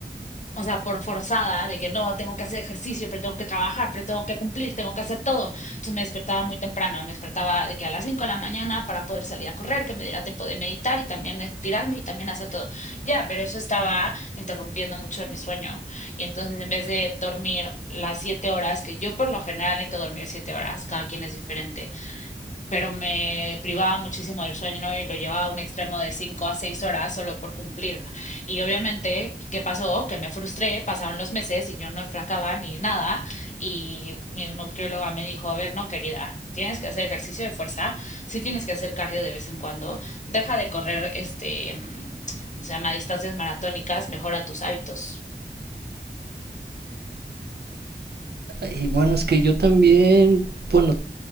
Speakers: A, on the left (about 45°); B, on the right (about 70°).
A: O sea, por forzada de que no, tengo que hacer ejercicio, pero tengo que trabajar, pero tengo que cumplir, tengo que hacer todo. Entonces me despertaba muy temprano, me despertaba de que a las 5 de la mañana para poder salir a correr, que me diera tiempo de meditar y también estirarme y también hacer todo. Ya, pero eso estaba interrumpiendo mucho de mi sueño. Y entonces en vez de dormir las 7 horas, que yo por lo general necesito dormir 7 horas, cada quien es diferente, pero me privaba muchísimo del sueño ¿no? y lo llevaba a un extremo de 5 a 6 horas solo por cumplir. Y obviamente, ¿qué pasó? Que me frustré, pasaron los meses y yo no enflacaba ni nada. Y mi nutrióloga me dijo, a ver, no, querida. Tienes que hacer ejercicio de fuerza, sí tienes que hacer cardio de vez en cuando, deja de correr este, mm, ¿cómo se llama? Distancias maratónicas, mejora tus hábitos.
B: Y bueno, es que yo también, bueno,